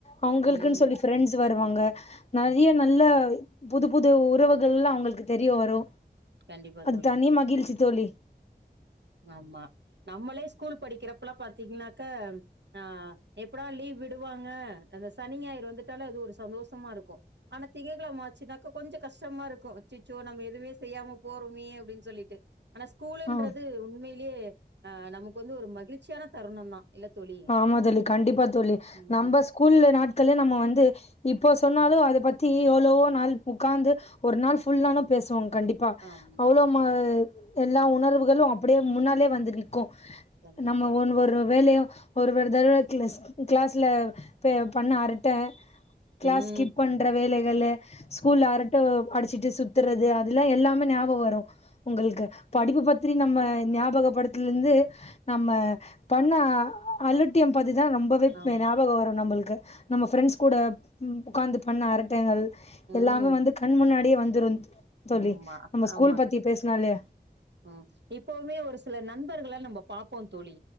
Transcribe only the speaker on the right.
ம்
ம்
கண்டிப்பா
தோழி
ஆமா நம்மளே ஸ்கூல் படிக்கிறப்பல்லா பாத்தீங்கன்னாக்கா அ எப்படா லீவ் விடுவாங்க அந்த சனி ஞாயிறு வந்துட்டால அது ஒரு சந்தோஷமா இருக்கும் ஆனா திங்கள்கிழமை ஆச்சுனாக்கா கொஞ்சோ கஷ்டமா இருக்கும் அச்சச்சோ நம்ம எதுமே செய்யாம போறமே அப்படின்னு சொல்லிட்டு ஸ்கூல்ன்றது
உண்மையிலே அ நமக்கு வந்து ஒரு மகிழ்ச்சியான தருணம் தா இல்ல தோழி
ம்
ஆமா
கண்டிப்பா
ம்
ம்.
ஆமா
ம்
ஆமா
ஆமா
ம் இப்பவுமே ஒரு சில நண்பர்கள நம்போ பாப்போ தோழி